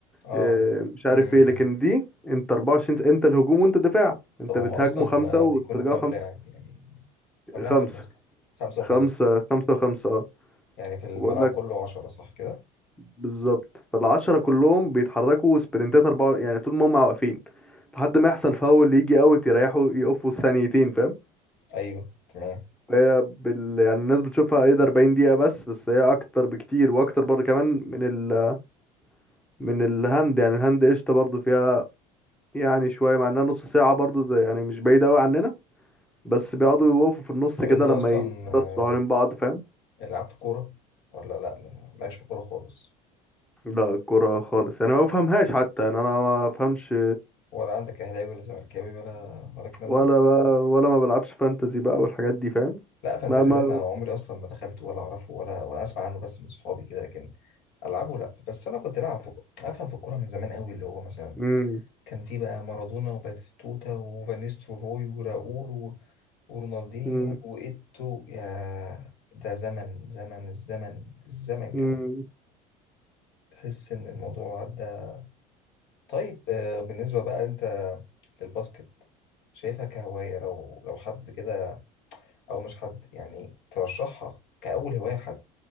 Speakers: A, on the left; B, in the centre.
A: اه
B: أه مش عارف
A: امم
B: ايه لكن دي انت 24 س- انت الهجوم وانت الدفاع انت
A: طب هم
B: بتهاجمه
A: اصلا
B: خمسة وترجعوا
A: بيكونوا كام
B: خمسة
A: لاعب يعني كام لاعب
B: خمسة
A: في الباسكت خمسة وخمسة
B: خمسة خمسة وخمسة اه
A: يعني في الملعب
B: بقول لك
A: كله عشرة صح كده
B: بالظبط فالعشرة كلهم بيتحركوا سبرنتات أربعة يعني طول ما هم واقفين لحد ما يحصل فاول يجي اوت يريحوا يقفوا ثانيتين فاهم
A: ايوه تمام
B: هي بال... يعني الناس بتشوفها ايه ده 40 دقيقة بس بس هي اكتر بكتير واكتر برضه كمان من ال... من الهند يعني الهند قشطة برضه فيها يعني شوية مع انها نص ساعة برضه زي يعني مش بعيدة اوي عننا بس بيقعدوا يوقفوا في النص
A: طب
B: كده
A: انت
B: لما
A: اصلا آه،
B: يبصوا حوالين بعض فاهم
A: لعبت كوره ولا لا ما- مالكش في الكوره خالص
B: لا الكرة خالص يعني ما بفهمهاش حتى يعني انا ما بفهمش
A: ولا عندك اهلاوي ولا زملكاوي ولا ولا الكلام
B: ولا
A: ده
B: بقى ولا ما بلعبش فانتزي بقى والحاجات دي فاهم
A: لا فانتازي
B: ما ما
A: ده انا عمري اصلا ما دخلته ولا اعرفه ولا ولا اسمع عنه بس من صحابي كده لكن العبه لا بس انا كنت العب في افهم في الكوره من زمان قوي اللي هو مثلا
B: مم.
A: كان في بقى مارادونا وباتيستوتا وفانيس روي وراؤول و... ورونالدينيو
B: مم.
A: وايتو يا ده زمن زمن الزمن الزمن
B: مم.
A: كمان تحس ان الموضوع عدى طيب آه، بالنسبة بقى انت للباسكت شايفها كهواية لو لو حد كده او مش حد يعني ترشحها كأول هواية لحد